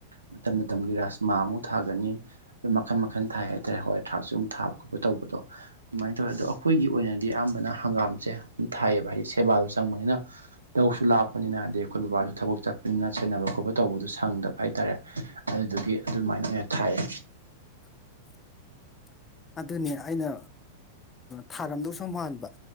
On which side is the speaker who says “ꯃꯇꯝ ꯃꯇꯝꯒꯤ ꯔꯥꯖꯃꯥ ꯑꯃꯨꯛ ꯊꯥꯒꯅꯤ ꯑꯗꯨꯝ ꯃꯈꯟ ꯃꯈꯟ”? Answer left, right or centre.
Right